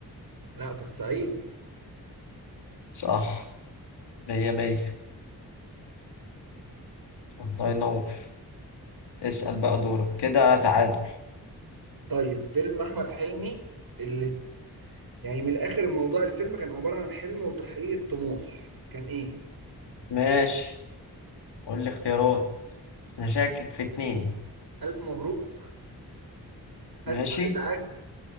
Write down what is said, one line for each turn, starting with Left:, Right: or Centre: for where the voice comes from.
Right: لا في الصعيد
Left: صح مية مية الله ينور اسأل بقى دورك كده تعادل
Right: طيب فيلم احمد حلمي اللي يعني من الاخر الموضوع الفيلم كان عباره عن حلم وتحقيق طموح كان ايه
Left: ماشي قول لي اختيارات انا شاكك في اتنين
Right: الف مبروك اسف
Left: ماشي
Right: على الازعاج